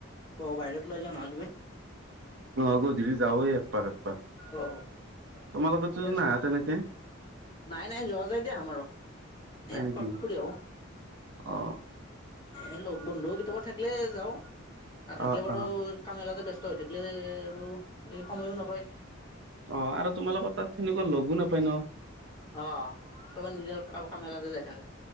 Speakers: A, on the left; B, on the right.
A: বৰ বাহিৰত ওলাই যোৱা নহয় তমি?
B: অঁ গধূলি যাওঁৱেই একপাক একপাক।
A: অ।
B: তোমালোকতো
A: ঠিকে আছে।
B: নাহা তেনেকে?
A: নাই নাই যোৱা যায় দিয়া আমাৰো এনেই
B: হয়
A: এক
B: নেকি
A: পাক ফুৰি আহো।
B: অ
A: এ লগ বন্ধু কেতিয়াবা থাকিলে যাওঁ নাথাকিলে
B: অ
A: বাৰু
B: অ
A: কামে কাজে ব্যস্ত হৈ থাকিলে আৰু এই সময়ো নাপায়
B: অঁ আৰু তোমালোকৰ তাত সেনেকুৱা লগো নাপায় ন?
A: অ চবে নিজৰ কামে কাজে যাই থাকে।